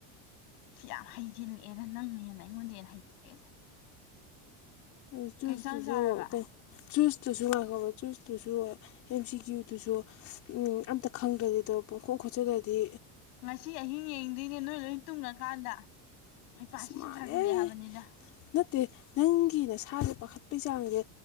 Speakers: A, on the left (about 90°); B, on the left (about 40°).
A: ꯁꯤ ꯌꯥꯝ ꯍꯩꯖꯤꯜꯂꯛꯑꯦꯅ ꯅꯪꯦꯅ ꯑꯩꯉꯣꯟꯗ ꯍꯦꯟꯅ ꯍꯩꯖꯤꯜꯂꯛꯑꯦꯅ
B: ꯑꯗꯨ ꯆꯨꯁꯇꯨꯁꯨ
A: ꯏꯟꯁꯥꯡ ꯆꯥꯔꯕ
B: ꯀ ꯆꯨꯁꯇꯨꯁꯨ ꯂꯥꯛꯀꯕ ꯆꯨꯁꯇꯨꯁꯨ ꯑꯦꯝ ꯁꯤ ꯀ꯭ꯌꯨꯗꯨꯁꯨ ꯑꯝꯇ ꯈꯪꯗ꯭ꯔꯗꯤ ꯑꯗꯣ ꯄꯣꯡꯈꯣꯛ ꯈꯣꯠꯆꯜꯂꯗꯤ
A: ꯉꯁꯤ ꯑꯍꯤꯡ ꯌꯦꯡꯗꯣꯏꯅꯦ ꯅꯣꯏ ꯂꯣꯏ ꯇꯨꯡꯉꯀꯥꯟꯗ ꯍꯩꯄꯥꯁꯤ
B: ꯑꯁ ꯃꯥꯜꯂꯦ
A: ꯁꯨꯝ ꯁꯥꯖꯤꯜꯂꯛꯑꯦ ꯍꯥꯏꯕꯅꯤꯗ
B: ꯅꯠꯇꯦ ꯅꯪꯒꯤ ꯅꯁꯥꯁꯦ ꯄꯥꯈꯠꯄꯩ ꯆꯥꯡꯁꯦ